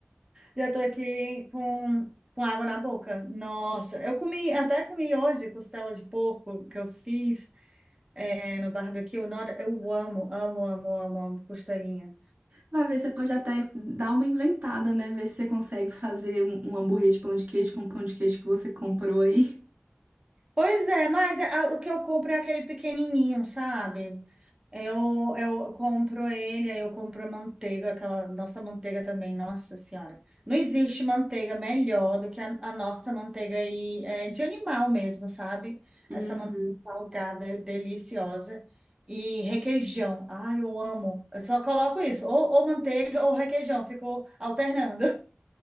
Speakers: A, on the right; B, on the right.
A: Já tô aqui com, com água na boca. Nossa, eu comi, até comi hoje costela de porco que eu fiz é, no barbecue. Nossa, eu amo, amo, amo, amo, amo costelinha.
B: Vai ver, você pode até dar uma inventada, né? Ver se você consegue fazer um, um hambúrguer de pão de queijo com o pão de queijo que você comprou aí.
A: Pois é, mas a- o que eu compro é aquele pequenininho, sabe? Eu, eu compro ele, aí eu compro a manteiga, aquela nossa manteiga também, nossa senhora. Não existe manteiga melhor do que a, a nossa manteiga aí, é, de animal mesmo, sabe?
B: Uhum.
A: Essa manteiga salgada, deliciosa. E requeijão, ai, eu amo. Eu só coloco isso, ou, ou manteiga ou requeijão, fico alternando.